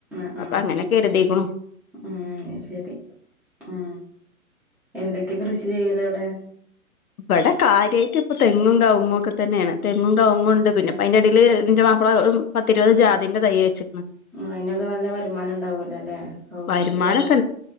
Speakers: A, in the centre; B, on the left.
A: ആഹ്
B: അപ്പൊ
A: ആഹ്
B: അങ്ങനെ കെര്തീക്ക്ണു
A: ഉം അത് ശെരി ആ എന്തൊക്കെ കൃഷി ചെയ്യല് അവടെ
B: ഇവടെ കാര്യായിട്ട് ഇപ്പൊ തെങ്ങും കവുങ്ങും ഒക്കെത്തെന്നെണ് തെങ്ങും കവുങ്ങും ണ്ട് പിന്നെ അതിന്റെടേല് ന്റെ മാ പത്തിരുപത്
A: ഉം
B: ജാതിന്റെ തൈ വെച്ചിക്ക്ണ്
A: ആ അയ്നൊക്കെ നല്ല വരുമാനം ണ്ടാവുല്ലോ ലെ ഓ അയ്നൊക്കെ
B: വരുമാനൊക്കെ